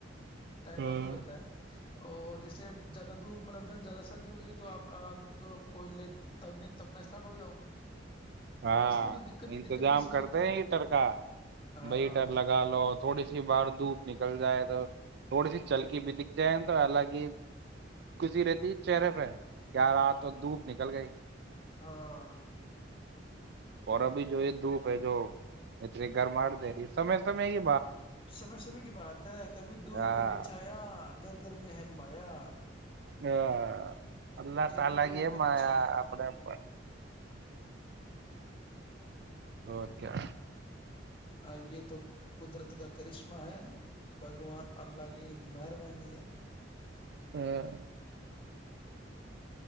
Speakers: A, on the right (about 60°); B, on the left (about 30°).
A: ہے؟
B: ٹائم
A: ہاں
B: پاس ہو جاتا ہے اور جیسے زیادہ دپ زیادہ سردی ہوگی تو آپ کوئی لےب نہیں تپنا اسٹارٹ ہو جاؤ
A: ہاں
B: اب اس میں تو دقت
A: انتظام
B: ہی دقت ہے اس میں
A: کرتے
B: تو ٹھنڈ
A: ہیں ایٹر کا
B: ہاں
A: ب ہیٹر لگا لو تھوڑی سی بار دھوپ نکل جائے تو تھوڑی سی چلکی بھی دکھ جائے تو حالانکہ کشی رہتی ہے چہرے پہ کیاارات تو دھوپ نکل گئی
B: ہاں
A: اور ابھی جو یہ دوپ ہے جو متر گھر مار دے رہی سمے سمے ہی
B: سمے سمے کی بات ہے کبھی دھوپ
A: ہاں
B: کبھی چھایا گر گھر میں ہے مایا
A: ہاں اللہ
B: کبھی
A: تالا
B: دھوپ
A: کی ہے
B: کبھی
A: ما
B: چھایا
A: یا آ اپنے پر اور کیا
B: اب یہ تو قدرت کا کرشمہ ہے بھگوان اللہ کی مہربانی آ <unintelligible>
A: ہاں